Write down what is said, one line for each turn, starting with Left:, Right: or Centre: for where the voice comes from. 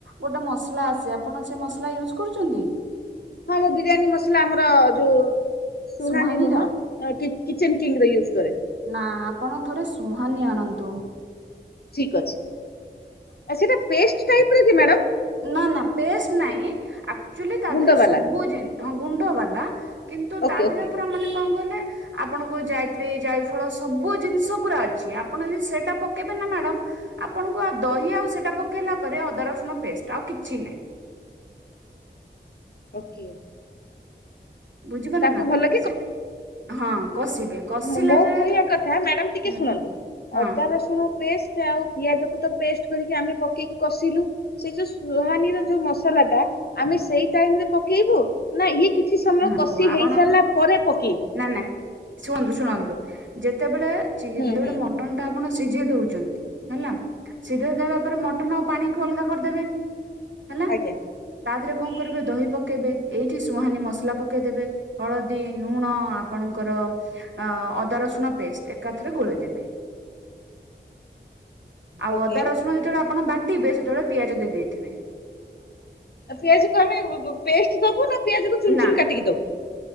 Right: ଗୋଟେ ମସଲା ଆସେ, ଆପଣ ସେ ମସଲା ୟୁଜ୍ କରୁଚନ୍ତି?
Left: ହଁ, ମୁଁ ବିରିୟାନୀ ମସଲା ଆମର ଯୋଉ ସୁହାନୀ
Right: ସୁହାନୀର
Left: ନୁହଁ, କି-କିଚେନ୍ କିଙ୍ଗର ୟୁଜ୍ କରେ।
Right: ନାଁ, ଆପଣ ଥରେ ସୁହାନୀ ଆଣନ୍ତୁ।
Left: ଠିକ୍ ଅଛି। ଆ ସେଇଟା ପେଷ୍ଟ୍ ଟାଇପର କି ମ୍ୟାଡାମ୍?
Right: ନାଁ ନାଁ, ପେଷ୍ଟ୍ ନାଇଁ, ଆକ୍ଚୁଆଲି ତା
Left: ଗୁଣ୍ଡ
Right: ଦେହରେ
Left: ବାଲା
Right: ସବୁ ଜିନ ହଁ, ଗୁଣ୍ଡ ବାଲା କିନ୍ତୁ,
Left: ଓକେ
Right: ତାଦେହରେ
Left: ଓକେ
Right: ପୁରା ମାନେ କଣ କହିଲେ ଆପଣଙ୍କୁ ଜାଇତ୍ରୀ, ଜାଇଫଳ ସବୁ ଜିନିଷ ପୁରା ଅଛି, ଆପଣ ଯଦି ସେଇଟା ପକେଇବେ ନା ମ୍ୟାଡ଼ାମ୍ ଆପଣଙ୍କୁ ଆଉ ଦହି ଆଉ ସେଇଟା ପକେଇଲା ପରେ ଅଦା ରସୁଣ ପେଷ୍ଟ୍, ଆଉ କିଛି ନାହିଁ।
Left: ଓକେ।
Right: ବୁଝିପାରିଲ
Left: ତାକୁ
Right: ନା?
Left: ଭଲ
Right: ସେ ହଁ, କଷିବେ। କଷିଲା
Left: ମୋ-ମୋ
Right: ଯେ
Left: କହିଆ କଥା, ମ୍ୟାଡାମ୍ ଟିକେ
Right: ହୁଁ,
Left: ଶୁଣନ୍ତୁ।
Right: ହଁ
Left: ଅଦା, ରସୁ ରସୁଣ ପେଷ୍ଟ ଆଉ ପିଆଜକୁ ତ ପେଷ୍ଟ କରିକି ଆମେ ପକେଇକି କଷିଲୁ ସେ ଯୋଉ ସୁହାନୀର ଯୋଉ ମସଲାଟା, ଆମେ ସେଇ ଟାଇମରେ ପକେଇବୁ ନା ଇଏ କିଛି ସମୟ
Right: ହଁ
Left: କଷି
Right: ହଉ ଆପଣ
Left: ହେଇସାରିଲା ପରେ ପକେଇବୁ?
Right: ନା ନା ଶୁଣନ୍ତୁ, ଶୁଣନ୍ତୁ, ଯେତେବେଳେ ଯେ
Left: ହୁଁ
Right: ଯେଗୋଟେ
Left: ହୁଁ
Right: ମଟନ୍
Left: ହୁଁ।
Right: ଟା ଆପଣ ସିଝେଇ ଦଉଚନ୍ତି, ହେଲା ସିଝେଇ ଦେବା ପରେ ମଟନ ଆଉ ପାଣିକୁ ଅଲଗା କରିଦେବେ। ହେଲା,
Left: ଆଜ୍ଞା
Right: ତା ଦେହେରେ କଣ କରିବେ ଦହି ପକେଇବେ, ଏଇଠି ସୁହାନୀ ମସ୍- ଲା ପକେଇଦେବେ ହଳଦୀ ନୁଣ ଆପଣଙ୍କର ଅ ଅଦା ରସୁଣ ପେଷ୍ଟ୍ ଏକାଥରେ ଗୋଳେଇ ଦେବେ।
Left: <unintelligible>
Right: ଆଉ
Left: ଓକେ
Right: ଅଦା ରସୁଣ ଯେତେବେଳେ ଆପଣ ବାଟିବେ ସେତେବେଳେ ପିଆଜ ଦେଇ ଦେଇଥିବେ।
Left: ପିଆଜ କୁ ଆମେ ପେଷ୍ଟ ଦବୁ ନା ପିଆଜକୁ ଚୁନ୍
Right: ନା
Left: ଚୁନ୍ କାଟିକି ଦବୁ?